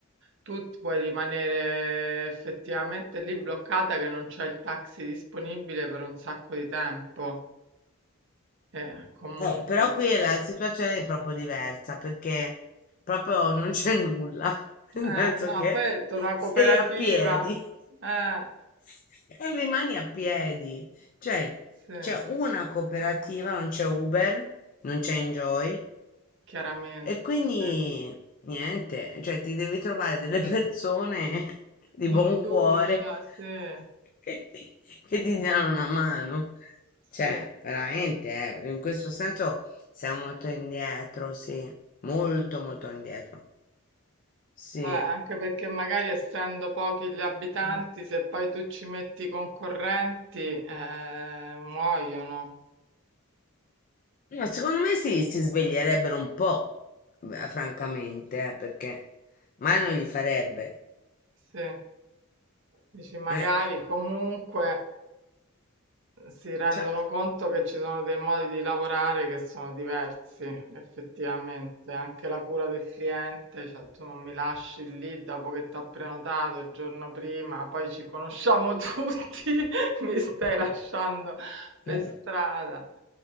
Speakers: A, on the right; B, on the left.
A: tu ti puoi rimanere effettivamente lì bloccata che non c'è il taxi disponibile per un sacco di tempo. E comunque,
B: Eh, però qui è la situazione è proprio diversa perché proprio non c'è nulla, <laughs> nel
A: eh,
B: senso
A: no,
B: che
A: poi è una cooperativa,
B: sei a piedi
A: eh,
B: <laughs> e rimani a piedi. Cioè,
A: sì,
B: c'è una cooperativa, non c'è Uber, non c'è Enjoy,
A: chiaramente,
B: e quindi
A: sì,
B: niente, cioè ti devi trovare delle persone <laughs> di
A: di
B: buon
A: fiducia,
B: cuore
A: sì,
B: <laughs> che ti, che ti diano una mano. Cioè,
A: sì.
B: veramente, eh, in questo senso siamo molto indietro, sì, molto
A: mm.
B: molto indietro. Sì.
A: Vabbè, anche perché magari essendo pochi gli abitanti,
B: No,
A: se poi tu ci metti i concorrenti, eh, muoiono.
B: secondo me sì, si sveglierebbero un po', beh, francamente, eh, perché male non gli farebbe.
A: Sì, dici magari
B: eh,
A: comunque si rendono
B: cioè,
A: conto che ci sono dei modi di lavorare che sono diversi, effettivamente. Anche la cura del cliente, cioè tu non mi lasci lì dopo che ti ho prenotato il giorno prima, poi ci conosciamo <laughs> tutti, mi stai lasciando per
B: eh.
A: strada.